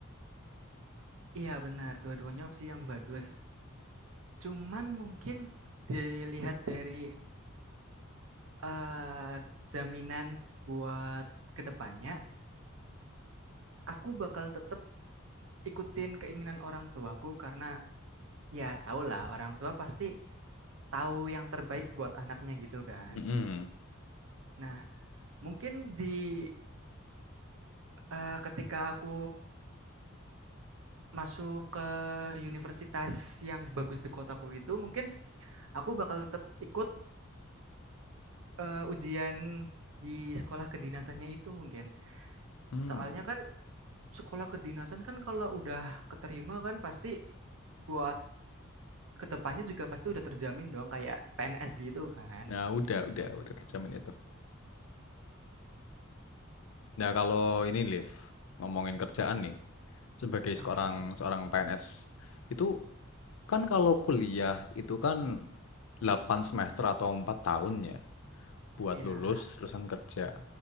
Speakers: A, on the right; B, on the left.
A: iya benar, dua-duanya opsi yang bagus. Cuman mungkin dilihat dari, eee, jaminan buat kedepannya, aku bakal tetap ikutin keinginan orang tuaku karena ya tau lah, orang tua pasti tahu yang terbaik buat anaknya gitu kan.
B: Mm-mm.
A: Nah, mungkin di eee, ketika aku masuk ke universitas yang bagus di kotaku itu mungkin aku bakal tetap ikut eee, ujian di sekolah kedinasannya itu mungkin.
B: Hmm.
A: Soalnya kan sekolah kedinasan kan kalau udah keterima kan pasti buat kedepannya juga pasti udah terjamin dong kayak PNS gitu kan.
B: Nah, udah, udah, udah terjamin itu. Nah, kalau ini, Liv, ngomongin kerjaan nih, sebagai
A: Oke,
B: seorang seorang PNS, itu Kan kalau kuliah itu kan 8 semester atau 4 tahun ya buat
A: iya
B: lulus terusan kerja.